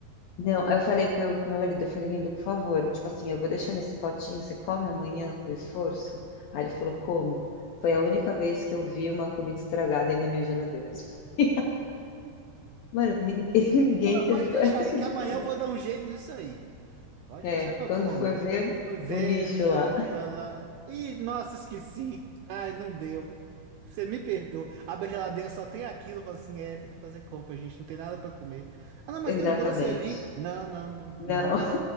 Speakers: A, on the left; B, on the right.
A: Não, aí eu falei pro pro meu marido, eu falei, lindo, por favor, tipo assim, eu vou deixar nesse potinho, você come amanhã com esforço? Aí ele falou, como? Foi a única vez que eu vi uma comida estragada dentro da minha geladeira. <laughs> Mano, ninguém, ninguém
B: Não,
A: teve
B: pode deixar
A: coragem
B: aí que
A: de
B: amanhã
A: comer.
B: eu vou dar um jeito nisso aí. Pode
A: É,
B: deixar que eu
A: quando
B: como.
A: foi ver
B: E foi ver,
A: o lixo
B: foi
A: lá.
B: indo pra lá. Ih, nossa, esqueci. Ai, não deu. Você me perdoa. A geladeira só tem aquilo, eu falo assim, é, tem que fazer compra, gente. Não tem nada pra comer. Ah, não, mas
A: Exatamente.
B: tem o doce ali. Não, não, não,
A: Não.
B: não.